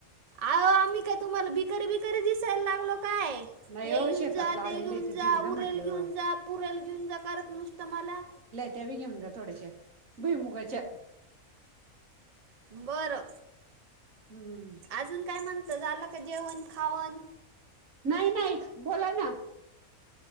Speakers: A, on the right; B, on the right.
A: अ आम्ही काय तुम्हाला भिकारी बिकारी दिसायला लागलो काय?
B: नाही
A: हे
B: हो
A: घेऊन
B: शेतातला
A: जा ते
B: आलेले
A: घेऊन जा,
B: म्हटलं
A: उरेल घेऊन जा, पुरेल घेऊन जा, करत नसतं मला.
B: त्याबी घेऊन जा थोड्याश्या भुईमुगाच्या.
A: बरं.
B: हम्म.
A: अजून काय म्हणत झालं का जेवण खावन?
B: नाही नाही बोला ना.